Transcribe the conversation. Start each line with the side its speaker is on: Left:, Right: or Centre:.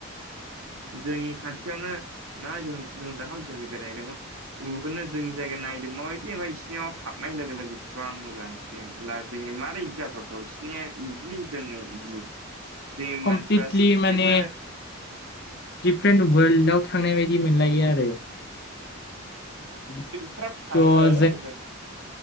Right: जोंनि खाथियावनो ना जों जों दाखालै जों बेरायहैदोंमोन। नुगोननो जोंनि जायगाया नायदो माबायदि ओमफ्राय बिसोरनियाव हाबनाय लोगो लोगो इसिबां मोजां। जब्ला जोंनि मारै जाथावथाव बिसिनिया इदि जोंनियाव इदि। जोंनि
Left: कमप्लिटलि
Right: मानसिफ्रा सासेबो
Left: माने दिफारेन्ट वर्ल्ड आव थांनाय बायदि मोनलायो आरो। त''
Right: बेफोराव थाङो
Left: जोङो
Right: होजों